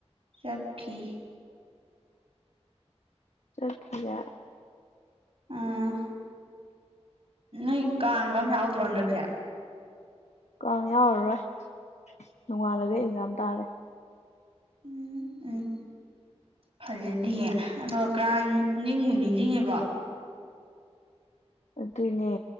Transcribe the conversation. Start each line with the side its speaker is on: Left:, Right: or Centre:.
Right: ꯆꯠꯈꯤ
Left: ꯆꯠꯈꯤꯌꯦ
Right: ꯎꯝ ꯅꯣꯏ ꯀꯥꯡꯒ ꯑꯝ ꯌꯥꯎꯗ꯭ꯔꯣ ꯍꯟꯗꯛꯁꯦ
Left: ꯀꯥꯡ ꯌꯥꯎꯔꯔꯣꯏ ꯅꯣꯡꯉꯥꯜꯂꯒ ꯑꯦꯛꯖꯥꯝ ꯇꯥꯔꯦ
Right: ꯎꯝ ꯎꯝ ꯐꯖꯗꯤꯌꯦ ꯑꯗꯣ ꯀꯥꯡ ꯅꯤꯡꯕꯨ ꯅꯤꯡꯁꯤꯡꯉꯤꯕꯣ
Left: ꯑꯗꯨꯅꯦ